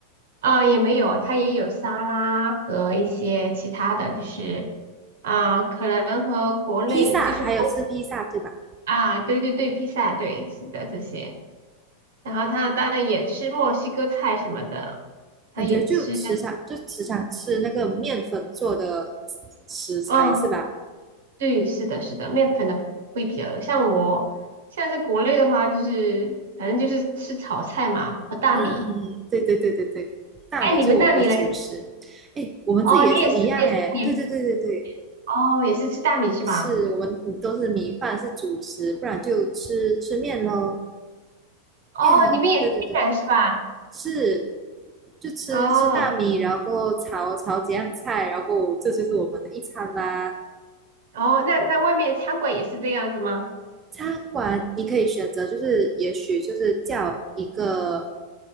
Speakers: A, on the right; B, on the right.
A: 啊、也没有，它也有沙拉和一些其他的，就是啊、可能和国内就是和我
B: 披萨还有吃披萨对吧？
A: 啊，对对对，披萨，对，是的，这些。然后他当然也吃墨西哥菜什么的，他也吃，
B: 感觉就时常就时常吃那个面粉做的食材是吧？
A: 嗯，对，是的，是的，面粉的会比较多。像我，像是国内的话，就是反正就是吃炒菜嘛和大米。
B: 嗯，对对对对对，大米就是我们的主食。
A: 哎，你们那里嘞？
B: 哎，我们自己也是一样哎，
A: 哦，你也是，也是你，
B: 对对对对对，
A: 哦，也是吃大米是吧？
B: 是我们都是米饭是主食，不然就吃吃面喽。
A: 哦，
B: 耶，
A: 你们也是面是吧？
B: 对对对，是就吃吃大米，
A: 哦
B: 然后过后炒炒几样菜，然后过后这就是我们的一餐啦。
A: 哦，那那外面餐馆也是这样子吗？
B: 餐馆你可以选择，就是也许就是叫一个